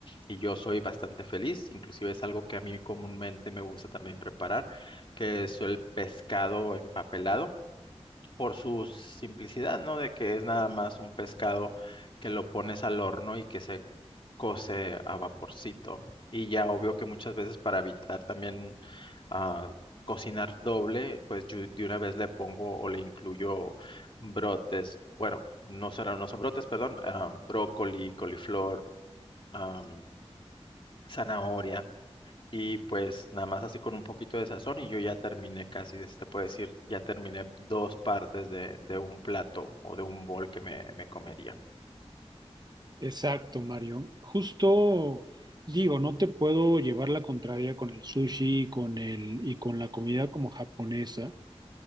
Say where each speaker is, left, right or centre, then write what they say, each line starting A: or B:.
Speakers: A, on the left; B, on the right.
A: y yo soy bastante feliz, inclusive es algo que a mí comúnmente me gusta también preparar, que es el pescado empapelado, por su simplicidad, ¿no? De que es nada más un pescado que lo pones al horno y que se cose a vaporcito. Y ya obvio que muchas veces para evitar también ah, cocinar doble, pues yo de una vez le pongo o le incluyo brotes, bueno, no son, no son brotes, perdón, ah, brócoli, coliflor, ah, zanahoria y pues nada más así con un poquito de sazón y yo ya terminé casi, se puede decir, ya terminé dos partes de, de un plato o de un bol que me, me comería.
B: Exacto, Mario. Justo digo, no te puedo llevar la contraria con el sushi y con el, y con la comida como japonesa.